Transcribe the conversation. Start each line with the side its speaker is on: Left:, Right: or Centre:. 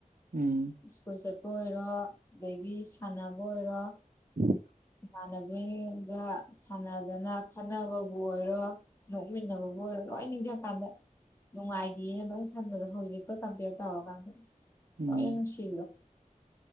Right: ꯎꯝ
Left: ꯁ꯭ꯀꯨꯜ ꯆꯠꯄ ꯑꯣꯏꯔꯣ ꯑꯗꯒꯤ ꯁꯥꯟꯅꯕ ꯑꯣꯏꯔꯣ
Right: ꯎꯝ
Left: ꯏꯃꯥꯟꯅꯕꯤꯒ ꯁꯥꯟꯅꯗꯅ ꯈꯠꯅꯕꯕꯨ ꯑꯣꯏꯔꯣ ꯅꯣꯛꯃꯤꯟꯅꯕꯕꯨ ꯑꯣꯏꯔꯣ ꯂꯣꯏ ꯅꯤꯡꯁꯤꯡ ꯀꯥꯟꯗ ꯅꯨꯡꯉꯥꯏꯈꯤꯅ ꯂꯣꯏ ꯈꯟꯕꯗꯣ ꯍꯧꯖꯤꯛꯀꯣ ꯀꯝꯄꯦꯌꯔ ꯇꯧꯔꯀꯥꯟꯗ
Right: ꯎꯝ
Left: ꯂꯣꯏꯅ ꯅꯨꯡꯁꯤꯕꯤꯗꯣ